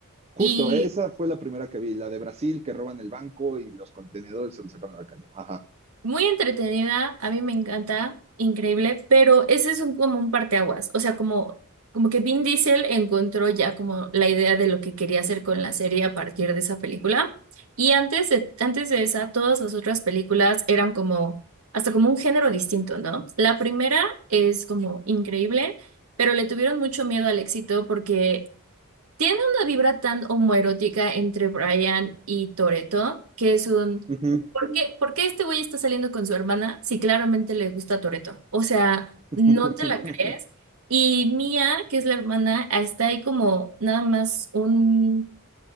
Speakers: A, on the right (about 30°); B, on the right (about 75°).
A: Justo,
B: Y
A: esa fue la primera que vi, la de Brasil, que roban el banco y los contenedores se los sacan a la calle. Ajá.
B: Muy entretenida, a mí me encanta, increíble, pero ese es un, como un parteaguas, o sea, como, como que Vin Diesel encontró ya como la idea de lo que quería hacer con la serie a partir de esa película, y antes de, antes de esa, todas las otras películas eran como, hasta como un género distinto, ¿no? La primera es como increíble, pero le tuvieron mucho miedo al éxito porque tiene una vibra tan homoerótica entre Brian y Toretto, que es un...
A: Ujú.
B: ¿Por qué, por qué este güey está saliendo con su hermana si claramente le gusta Toretto? O sea,
A: <laughs>
B: no te la crees. Y Mia, que es la hermana, está ahí como nada más un,